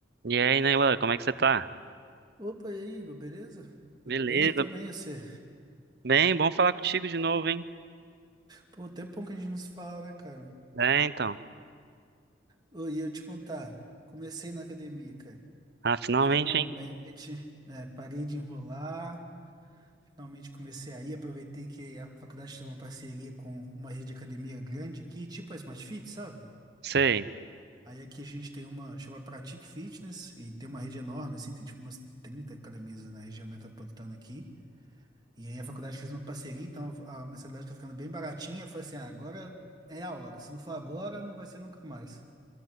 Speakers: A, on the right; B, on the right.
A: E aí, Neilan, como é que você tá?
B: Opa, e aí, Igor, beleza? Tudo
A: Beleza.
B: bem? Tudo bem, e você?
A: Bem, bom falar contigo de novo, hein?
B: Pô, tempão que a gente não se fala, né, cara?
A: É, então.
B: Ô, e eu te contar, comecei na academia, cara.
A: Ah, finalmente,
B: Finalmente,
A: hein?
B: é, parei de enrolar, finalmente comecei aí, aproveitei que a faculdade tem uma parceria com uma rede de academia grande aqui, tipo a Smart Fit, sabe?
A: Sei.
B: Aí aqui a gente tem uma, chama Pratique Fitness, e tem uma rede enorme, assim, tem tipo umas 30 academias na região metropolitana aqui. E aí a faculdade fez uma parceria, então a mensalidade tá ficando bem baratinha. Eu falei assim, ah, agora é a hora. Se não for agora, não vai ser nunca mais.